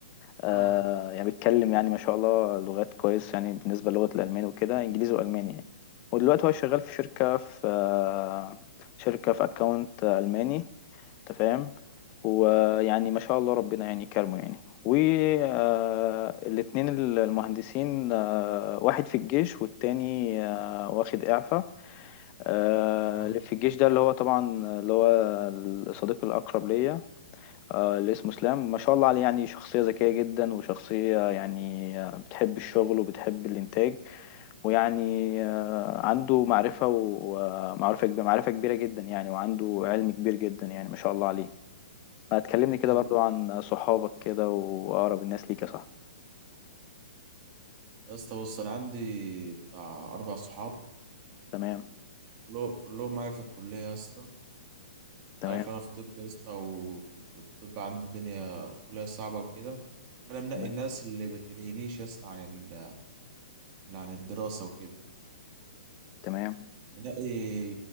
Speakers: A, on the left; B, on the right.
A: آه
B: اه
A: يعني بيتكلم يعني ما شاء الله لغات كويس يعني بالنسبة للغة الألماني وكده إنجليزي وألماني يعني ودلوقتي هو شغال في شركة في آه شركة في أكاونت ألماني أنت فاهم ويعني ما شاء الله ربنا يعني كرمه يعني والاتنين المهندسين آه واحد في الجيش والتاني آه واخد إعفاء آه
B: اه
A: اللي في الجيش ده اللي هو طبعا اللي هو الصديق الأقرب ليا آه، اللي اسمه اسلام ما شاء الله عليه يعني شخصية ذكية جدا وشخصية يعني آه، بتحب الشغل وبتحب الإنتاج ويعني آه، عنده معرفة ومعرفة كبيرة، معرفة كبيرة جدا يعني وعنده علم كبير جدا يعني ما شاء الله عليه ما تكلمني كده
B: حلو
A: برضو عن صحابك كده وأقرب الناس ليك يا صاحبي
B: يا اسطى بص انا عندي بتاع اربع صحاب
A: تمام
B: كله- كلهم معايا في الكليه يا اسطى انت
A: تمام
B: عارف انا في طب يا اسطى و- والطب عندي الدنيا كلها صعبه وكده فانا منقي
A: تمام
B: الناس اللي بتلهينيش يا اسطى عن ال... اللي عن الدراسه وكده
A: تمام
B: منقي